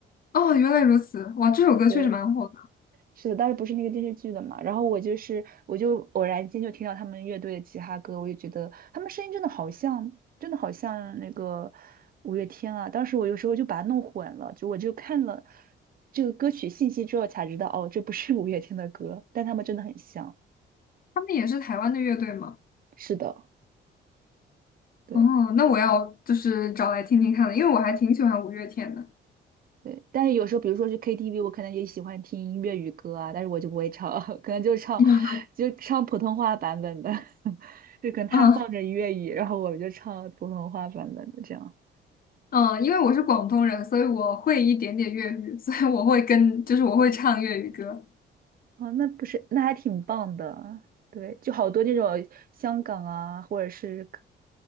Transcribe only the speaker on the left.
哦，原来如此，哇，这首歌确实蛮火的。
他们也是台湾的乐队吗？
哦，那我要就是找来听听看了，因为我还挺喜欢五月天的。
<laughs>
嗯，
嗯，因为我是广东人，所以我会一点点粤语，所以我会跟，就是我会唱粤语歌，